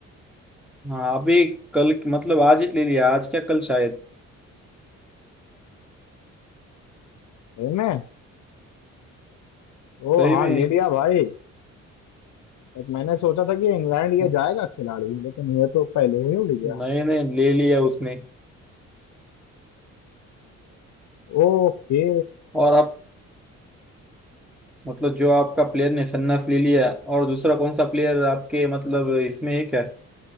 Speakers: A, in the centre; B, on the left (about 70°).
A: हाँ अभी कल मतलब आज ही ले लिया आज क्या कल शायद
B: सही में ओ
A: सही
B: हाँ
A: में
B: ले लिया भाई लाइक मैंने सोचा था कि इंग्लैंड ये
A: हाँ,
B: जाएगा खिलाड़ी लेकिन ये तो पहले ही उड़ गया
A: नहीं नहीं ले लिया उसने
B: ओके
A: और आप मतलब जो आपका प्लेयर ने सन्नास ले लिया और दूसरा कौन सा प्लेयर आपके मतलब इसमें है क्या